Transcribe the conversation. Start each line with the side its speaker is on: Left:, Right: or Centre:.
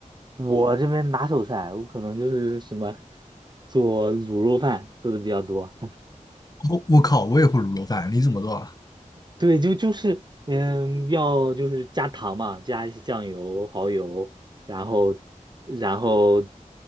Right: 我这边拿手菜，我可能就是什么做卤肉饭做的比较多。
Left: 我我靠，我也会卤肉饭，你怎么做啊？
Right: 对，就就是嗯，要就是加糖嘛，加一些酱油、蚝油，然后然后